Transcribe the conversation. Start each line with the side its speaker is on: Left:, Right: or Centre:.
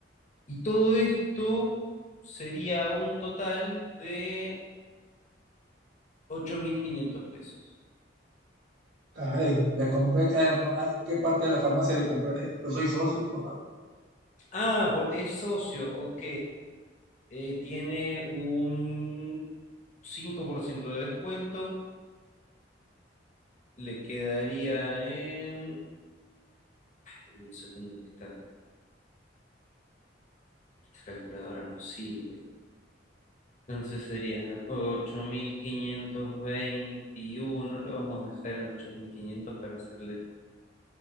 Left: y todo esto sería un total de 8.500 pesos.
Right: Ay, le compré, ¿qué, qué parte de la farmacia le compré? Yo soy socio. <laughs>
Left: Ah, por, es socio, ok. Eh, tiene un 5% de descuento. Le quedaría en... Un segundo que esta, esta calculadora no sirve. Entonces serían ocho mil quinientos veintiuno Lo vamos a dejar en 8.500 para hacerle